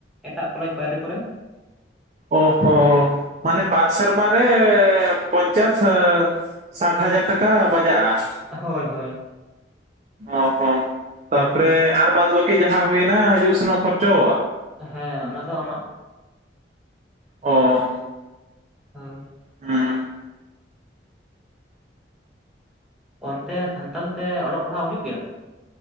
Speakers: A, in the centre; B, on the right.
A: ᱮᱴᱟᱜ ᱠᱚᱞᱮᱡᱽ ᱵᱟᱭᱨᱮ ᱠᱚᱨᱮ᱾
B: ᱚ ᱦᱚ ᱢᱟᱱᱮ ᱵᱟᱨ ᱥᱮᱨᱢᱟ ᱨᱮ ᱯᱚᱧᱪᱟᱥ ᱦᱟᱹ ᱥᱟᱴ ᱦᱟᱡᱟᱨ ᱴᱟᱠᱟ ᱵᱟᱡᱟᱜᱼᱟ᱾
A: ᱦᱳᱭ ᱦᱳᱭ᱾
B: ᱚ ᱦᱚ ᱛᱟᱯᱚᱨᱮ ᱟᱨ ᱵᱟᱫᱽ ᱵᱟᱹᱠᱤ ᱡᱟᱦᱟᱸ ᱦᱩᱭᱮᱱᱟ ᱦᱤᱡᱩᱜ ᱥᱮᱱᱚᱜ ᱠᱷᱚᱨᱪᱚ᱾
A: ᱦᱮᱸ ᱚᱱᱟ ᱫᱚ ᱟᱢᱟᱜ᱾
B: ᱮᱸ
A: ᱛᱟᱭ
B: ᱦᱩᱸ
A: ᱚᱱᱛᱮ ᱥᱟᱱᱛᱟᱞ ᱛᱮ ᱚᱞᱚᱜ ᱯᱟᱲᱦᱟᱜ ᱦᱩᱭᱩᱜ ᱜᱮᱭᱟ